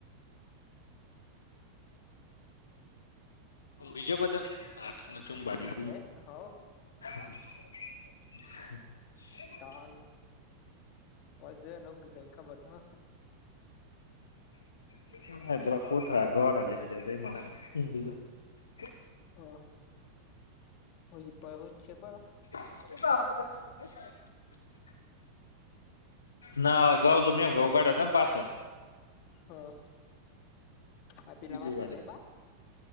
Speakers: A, on the left; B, on the left.
A: બીજો બધો ચુંબાની
B: હે હવ
A: <inaudible> <inaudible>
B: ખાવાનું હોજે લગ જવ ખબર તો
A: કોથળા <unintelligible>
B: હો હોઈ દવો <unintelligible> છે બા
A: <inaudible> ના આગુઉં તમે ઘઉં ગાઢ્યા હતા ને પાસળ
B: હા આ પેલા માં
A: લેવા
B: ટગરબા
A: દેના